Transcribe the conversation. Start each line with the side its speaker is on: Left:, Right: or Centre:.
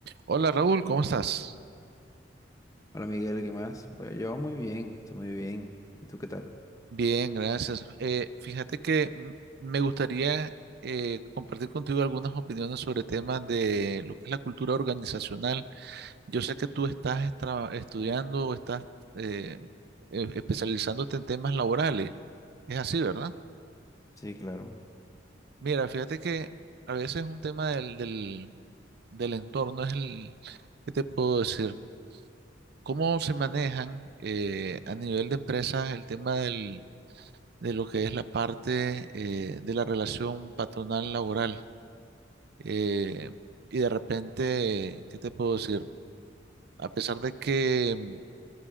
Right: Hola Raúl, ¿cómo estás?
Left: Hola Miguel, ¿qué más? Bueno, yo muy bien, estoy muy bien. ¿Y tú qué tal?
Right: Bien, gracias. Eh, fíjate que mm, me gustaría eh, compartir contigo algunas opiniones sobre temas de lo que es la cultura organizacional. Yo sé que tú estás estra- estudiando o estás eh, e- especializándote en temas laborales. Es así, ¿verdad?
Left: Sí, claro.
Right: Mira, fíjate que a veces un tema del, del, del entorno es el, ¿qué te puedo decir? ¿Cómo se manejan eh, a nivel de empresas el tema del de lo que es la parte eh, de la relación patronal laboral. Eh, y de repente, ¿qué te puedo decir? A pesar de que mm,